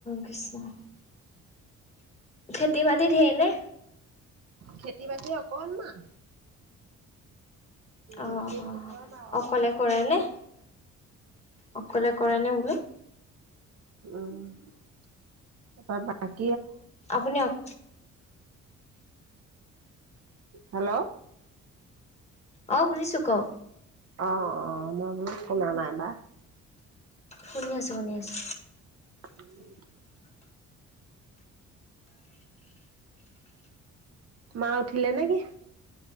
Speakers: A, on the left; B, on the right.
A: কিছ <unintelligible> খেতি মাটিত ধেৰ নে।
B: খেতি-বাতি অকনমান।
A: অ'-অ',
B: বিশেষ নহয় বাৰু অলপমান।
A: অকলে কৰে নে? অকলে কৰে নে বোলো?
B: উম, <unintelligible>
A: আপুনি অক।
B: হেল্ল'।
A: অ', শুনিছোঁ কওঁক।
B: অ'-অ', মই বোলো শুনা নাই বা।
A: শুনি আছোঁ, শুনি আছোঁ।
B: <inaudible> মা উঠিলে নে কি?